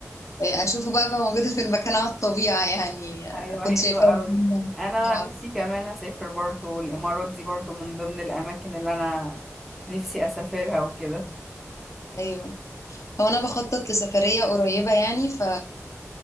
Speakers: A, on the left; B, in the centre.
A: آه، اشوفه بقى بقى موجوده في المكان على الطبيعه يعني
B: ايوه
A: كنت
B: حلوة
A: شايفاه
B: قوي
A: <laughs> قدامي.
B: انا
A: آه،
B: نفسي كمان اسافر برضو الامارات دي برضو من ضمن الاماكن اللي انا نفسي اسافرها وكده
A: ايوه هو انا بخطط لسفريه قريبه يعني ف